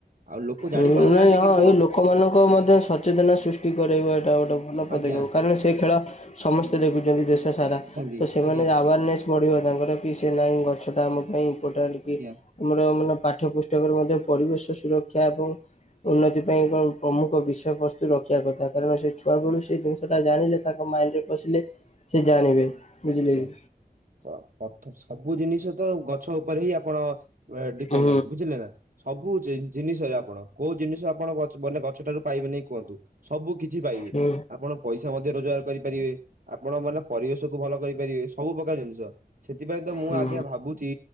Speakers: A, on the right (about 60°); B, on the left (about 45°).
A: ଆଉ ଲୋକ
B: ହୁଁ
A: ଜାଣି ପାରୁନାହାନ୍ତି
B: ନାଇଁ ହଁ
A: କିନ୍ତୁ
B: ଏଇ ଲୋକମାନଙ୍କ ମଧ୍ୟ ସଚେତନ ସୃଷ୍ଟି କରାଇବ ଏଟା ଗୋଟେ ଭଲ ପଦକ୍ଷେପ
A: ଆଜ୍ଞା
B: କାରଣ ସେ ଖେଳ ସମସ୍ତେ ଦେଖୁଛନ୍ତି ଦେଶ ସାରା
A: ଦେଖୁଛନ୍ତି
B: ତ ସେମାନେ
A: ଆଜ୍ଞା
B: ଆଉ ଆୱାରନେସ ବଢିବ ତାଙ୍କର କି ସେ ନାଇଁ ଗଛଟା ଆମ ପାଇଁ ଇମ୍ପୋଟାଣ୍ଟ କି
A: ଆଜ୍ଞା
B: ଆମର ମାନେ ପାଠ୍ୟ ପୁସ୍ତକରେ ମଧ୍ୟ ପରିବେଶ ସୁରକ୍ଷା ଏବଂ ଉନ୍ନତି ପାଇଁ ଏକ ପ୍ରମୁଖ ବିଷୟବସ୍ତୁ ରଖିବା କଥା କାରଣ ସେ ଛୁଆବେଳୁ ସେ ଜିନିଷଟା ଜାଣିଲେ ତାଙ୍କ ମାଇଣ୍ଡରେ ପଶିଲେ ସେ ଜାଣିବେ। ବୁଝିଲେ
A: ଆଜ୍ଞା
B: କି?
A: ତ ପଥ ସବୁ ଜିନିଷ ତ ଗଛ ଉପରେ ହିଁ ଆପଣ ଡିପେଣ୍ଡେଡ୍
B: ହୁଁ
A: ବୁଝିଲେ ନା ସବୁ ଜିନିଷରେ ଆପଣ। କୋଉ ଜିନିଷ ଆପଣ ମାନେ ଗଛ ଠାରୁ ପାଇବେନି କୁହନ୍ତୁ ସବୁ କିଛି ପାଇବେ
B: ହୁଁ
A: ଆପଣ ପଇସା ମଧ୍ୟ ରୋଜଗାର କରିପାରିବେ ଆପଣ ମାନେ ପରିବେଶକୁୁ ଭଲ କରିପାରିବେ ସବୁ ପ୍ରକାର ଜିନିଷ ସେଥିପାଇଁ ତ ମୁଁ
B: ହୁଁ
A: ଆଜ୍ଞା ଭାବୁଛି